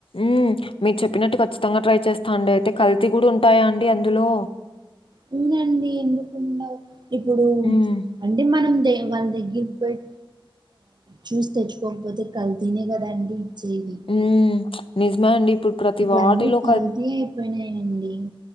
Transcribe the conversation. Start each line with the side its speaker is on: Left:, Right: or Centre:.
Left: మ్ మీరు చెప్పినట్టు కఖచ్చితంగా ట్రై చేస్తా అండి. అయితే కల్తీ కూడా ఉంటాయా అండి అందులో
Right: అవునండి. ఎందుకుండవు ఇప్పుడు
Left: హ్మ్.
Right: అంటే మనం తేవాలి వాళ్ళ దగ్గిరకి పోయి చూసి తెచ్చుకోకపోతే కల్తీ నే కదాండి ఇచ్చేది.
Left: మ్ నిజమా అండి ఇప్పుడు ప్రతి
Right: ఇప్పుడు
Left: వాటిలో
Right: అన్నీ కల్తీ అయిపోయినాయండి.